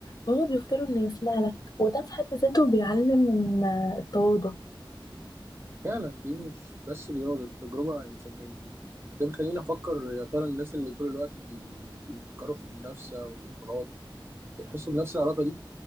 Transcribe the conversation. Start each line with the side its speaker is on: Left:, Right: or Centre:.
Left: وهو بيختار انه يسمع لك وده في حد ذاته بيعلم آه، التواضع
Right: فعلا دي مش بس رياضة دي تجربة إنسانية ده بيخليني أفكر يا ترى الناس اللي طول الوقت بي... بيفكروا في المنافسة والبطولات بيحسوا بنفس العلاقة دي